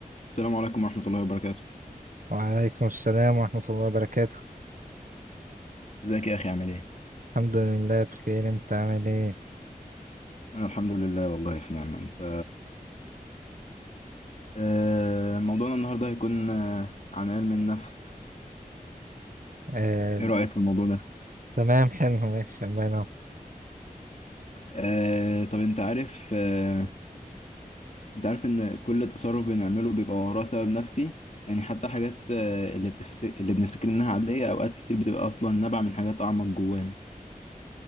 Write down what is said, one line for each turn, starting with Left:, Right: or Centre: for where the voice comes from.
Left: السلام عليكم ورحمة الله وبركاته
Right: وعليكم السلام ورحمة الله وبركاته
Left: ازيك يا اخي عامل ايه
Right: الحمد لله بخير انت عامل ايه
Left: أنا الحمد لله والله في نعمة أنت آه، موضوعنا النهاردة هيكون آه، عن علم النفس
Right: آه،
Left: إيه رأيك في الموضوع ده؟
Right: تمام حلو ماشي الله ينور
Left: آه، طب أنت عارف آه، أنت عارف إن كل تصرف بنعمله بيبقى وراه سبب نفسي يعني حتى حاجات آه، اللي بتفت... اللي بنفتكر إنها عادية أوقات كتير بتبقى أصلا نابعة من حاجات أعمق جوانا